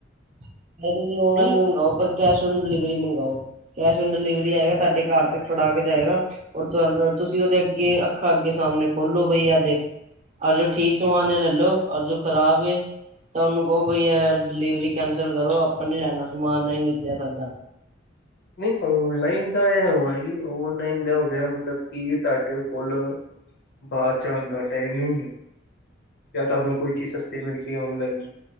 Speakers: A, on the right (about 35°); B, on the left (about 55°).
A: ਚਾਹੇ ਤੁਸੀ ਔਨਲਾਈਨ
B: ਨਹੀਂ
A: ਮੰਗਾਓ, ਪਰ ਕੈਸ਼ ਔਨ ਡਿਲੀਵਰੀ ਮੰਗਾਓ ਕੈਸ਼ ਔਨ ਡਿਲੀਵਰੀ ਆਏਗਾ ਤੁਹਾਡੇ ਘਰ। ਤ ਫੜਾ ਕੇ ਜਾਏਗਾ, ਔਰ ਤੁਹ ਤੁਸੀਂ ਉਹਦੇ ਅੱਗੇ ਅੱਖਾਂ ਅੱਗੇ ਸਾਹਮਣੇ ਖੋਲੋ ਬਈ, ਆ ਦੇਖ। ਔਰ ਜੋ ਠੀਕ ਸਮਾਨ ਏ ਲੈਲੋ, ਔਰ ਜੋ ਖਰਾਬ ਏ ਤਾਂ ਉਹਨੂੰ ਕਹੋ ਬਈ ਐ ਡਿਲੀਵਰੀ ਕੈਂਸਲ ਕਰੋ, ਆਪਾਂ ਨੀ ਲੈਣਾ ਸਮਾਨ ਨਹੀਂ ਨਿਕਲਿਆ ਸਾਡਾ।
B: ਨਹੀਂ ਔਨਲਾਈਨ ਦਾ ਐ ਹੋਗਿਆ ਜੀ, ਔਨਲਾਈਨ ਦਾ ਹੋਗਿਆ, ਮਤਲਬ ਕਿ ਤੁਹਾਡੇ ਕੋਲ ਬਾਹਰ ਜਾਣ ਦਾ ਟਾਈਮ ਨਹੀ ਆ, ਯਾ ਤੁਹਾਨੂੰ
A: ਹਾਂਜੀ
B: ਕੋਈ ਚੀਜ਼ ਸ ਮਿਲਗੀ, ਔਨਲਾਈਨ